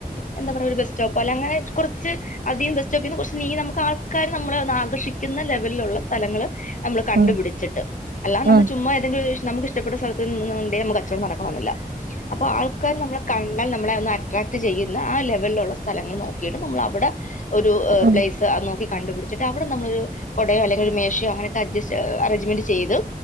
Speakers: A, on the left; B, on the right.
A: എന്താ പറയാ ഒരു ബസ്റ്റോപ്പോ അല്ല അങ്ങനെ കൊറച്ച് അധികം ബെസ്റ്റോപ്പിന്ന് കുറച്ച് നീങ്ങി നമുക്ക് ആൾക്കാർ നമ്മളെ ആകർഷിക്കുന്ന ലെവലിലുള്ള സ്ഥലങ്ങള് നമ്മള് കണ്ടു
B: ഉം
A: പിടിച്ചിട്ട് അല്ലാ നമ്മള്
B: ഉം ഉം
A: ചുമ്മാ ഏതെങ്കിലുംഒരി ഇഷ്ട്ടപ്പെട്ട സ്ഥലത് ത്ത് നിന്നോണ്ട് നമുക്ക് കച്ചോടം നടക്കണോന്നില്ല. അപ്പോ ആൾക്കാർ നമ്മളെ കണ് ണ്ടാൽ നമ്മളെ അട്രാക്ട് ചെയ്യുന്ന ആ ലെവലിലുള്ള സ്ഥലങ്ങൾ നോക്കിയിട്ട് നമ്മളവിടെ ഒരു
B: ഉം ഉം
A: പ്ലേസ് അത് നോക്കി കണ്ടു പിടിച്ചിട്ട് അവിടെ നമ്മളൊരു കൊടയോ അല്ലെങ്കി ഒരു മേശയോ അങ്ങനെക്കെ അഡ്ജസ്റ് അറേഞ്ച്മെന്റ് ചെയ്ത്